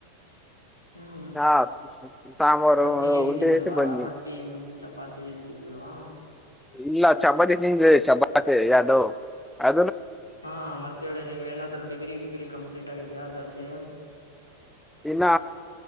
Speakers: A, on the left (about 80°); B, in the centre.
A: ಹ್ಮ್
B: ಹಾ ಸಾಂಬಾರು
A: ರೊಟ್ಟಿ ಏನ್
B: ಉಂಡೆ
A: ತಿಂದಿಲ್ವಾ
B: ಬೇಯಿಸಿ ಬಂದ್ವಿ
A: ರೊಟ್ಟಿ ಮ ಚಪಾತಿ ಏನ್ ತಿಂದಿಲ್ವಾ.
B: ಇಲ್ಲ ಚಪಾತಿ ನಿಂಗಗೆ ಚಪಾತಿ ಯಾರಡುೋ ಅ.
A: ಹಾ ಮತ್ತೇಳಿ ನೀವ್ ಏನಾದ್ರು ಡಿಗ್ರಿ ಗಿಗ್ರಿ ಕಂಪ್ಲೀಟ್ ಆಗಿದ್ಯಾ ದರ್ಜೆ.
B: ನಾ